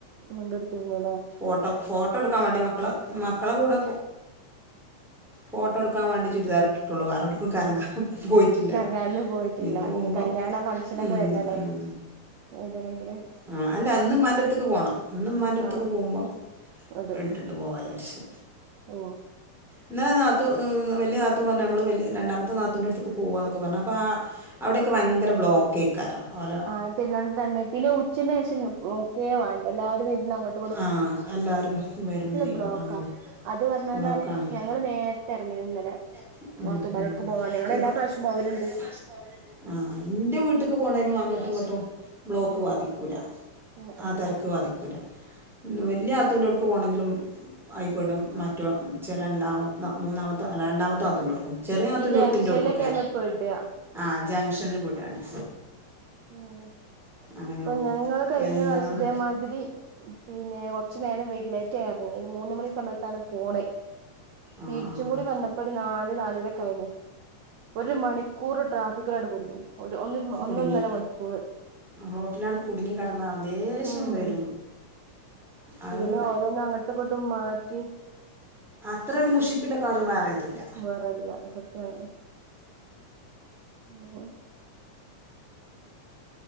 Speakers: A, on the right; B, in the centre.
A: മുണ്ടെടു <unintelligible>
B: ഫോട്ടോ ഫോട്ടോ എടുക്കാൻ വേണ്ടി മക്കള് മ മക്കളെ കൂടെ ഫോട്ടോ എടുക്കാൻ വേണ്ടി ചുരിദാറി ഇട്ടിട്ടുള്ളൂ <unintelligible> പോയിട്ടില്ല
A: കറങ്ങാനൊന്നും പോയിട്ടില്ല
B: ഇന്ന് പോമ്പം
A: ഇനി കല്യാണ ഫംഗ്ഷനൊക്കെ
B: ഉം
A: വരണല്ലേ
B: ഉം
A: ഇടണെങ്കില്
B: ആ അല്ല അന്നും ഉമ്മാൻ്റടുത്ത്ക്ക് പോണം അന്നും മ
A: ആ
B: ത്തക്ക് പോകുമ്പോ
A: ഇടും
B: ഇട്ടിട്ട്
A: ഉം
B: പോവാ വിചാരിച്ചു
A: ഓ
B: ഇന്നലെ നാത്തൂ വലിയ നാത്തും പറഞ്ഞ് നമ്മള് രണ്ടാമത്തെ നാത്തൂൻ്റെ അടുത്തേക്ക് പോകാന്നൊക്കെ പറഞ്ഞു അപ്പൊ ആ അവിടെയൊക്കെ ഭയങ്കര
A: ഉം
B: ബ്ലോക്കേക്കാരം ഓലോ
A: ആ പിന്ന തന്നെ പിന്നെ ഉച്ച ലേശം നോക്കേ വേണ്ട എല്ലാരും വിരുന്ന് അങ്ങോട്
B: ആ എല്ലാരും വരും ചെയ്യും
A: ബ്ലോക്കാ
B: അങ്ങനെ ബ്ലോക്കാ
A: അത് പറഞ്ഞോണ്ടാണ്
B: ബ്ലോക്കാണ് അത്
A: ഞങ്ങള് നേരത്തെ ഇറങ്ങിത് ഇന്നലെ
B: ഇറങ്ങീക്ക്ണ്
A: നാത്തുമ്മാലൊടുക്ക് പോവാൻ ഞങ്ങളെല്ലാ
B: കുറച്ച്
A: പ്രാവശ്യം പോവലിണ്ട്
B: <unintelligible> ആഹ് എന്റെ വീട്ട്ക്ക് പോണേന് വാങ്ങോട്ടും ഇങ്ങോട്ടും ബ്ലോക്ക്
A: ഉം
B: വാതിക്കൂല
A: ഉം ഉം
B: ആ തിരക്ക്
A: ഉം
B: ബാതിക്കൂല
A: ഉം
B: വലിയ നാത്തൂന്റടുക്ക് പോണമെങ്കിലും ആയിപെടും മറ്റോ രണ്ടാമത്തെ മൂന്നാമത് രണ്ടാത്തെ നാത്തുന്റെടുക്കും ചെറിയ ആന്റടുക്കുംക്കെ
A: ഈ ജംഗ്ഷനിലൊക്കെയാണ് പെടുക
B: ആ ജംഗ്ഷനിൽ പെടാണ്
A: ഉം ഇപ്പൊ
B: അങ്ങനെയാവുമ്പോ
A: ഞങ്ങള് കഴിഞ്ഞ
B: എന്താണ്
A: പ്രാവശ്യം ഇതേമാതിരി പിന്നെ കൊറച്ചു നേരം വൈകി ലേറ്റ് ആയി ഇറങ്ങി ഒരു മൂന്നു മണി സമയത്താണ് പോണേ
B: ആഹ്
A: തിരിച്ചും
B: ആഹ്
A: കൂടി വന്നപ്പോ ഒരു നാല് നാലര കഴിഞ്ഞ് ഒരു മണി കൂറ് ട്രാഫിക്കിലാട്ട് കുടുങ്ങി ഒരു ഒന്നൊന്നര
B: കുടുങ്ങി കുടുങ്ങി
A: മണിക്
B: റോട്ടിലാണ് കുടുങ്ങി കിടന്ന ദേഷ്യം
A: ഉം
B: വരും അത്
A: പിന്നോരോന്ന് അങ്ങോട്ടും ഇങ്ങോട്ടും മാറ്റി
B: അത്രരു മുഷിപ്പില കാര്യം വേറേതൂല്ല
A: വേറേല്ല സത്യാണ് ഉം